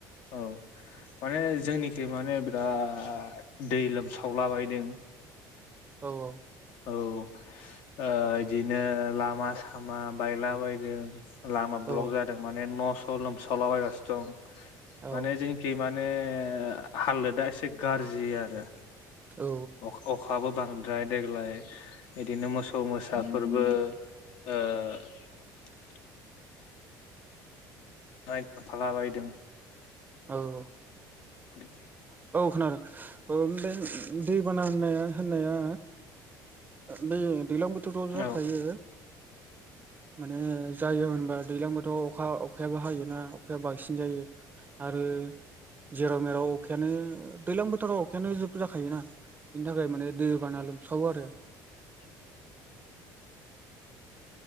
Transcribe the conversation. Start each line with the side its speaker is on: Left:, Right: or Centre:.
Left: औ। माने जोंनिखै माने बिराद दै लोमसावलाबायदों
Right: औ औ।
Left: औ ओ इदिनो लामा सामा बायला बायदों। लामा
Right: औ
Left: ब्लक जादों माने न' स' लोमसावलाबायगासिनो दं
Right: औ
Left: माने जोंनिखै माने हालोदा एसे गाज्रि आरो।
Right: औ
Left: अ-अखाबो बां बांद्राय देग्लाय बिदिनो मोसौ मोसाफोरबो ओ <unintelligible> नाय फाला बायदों।
Right: औ औ।
Left: खुलि गोया।
Right: औ खोनादों ओमबे दैबाना होननाया होननाया बे दैज्लां बोथोराव जाखायो।
Left: औ <inaudible>
Right: माने जायोमोनबा दैज्लां बोथोरावथ' अखा अखायाबो हायोना अखाया बांसिन जायो। आरो जेराव मेराव अखायानो दैज्लां बोथोराव अखायानो जोब जाखायोना? बिनि थाखाय माने दै बाना लोमसावो आरो।
Left: <inaudible>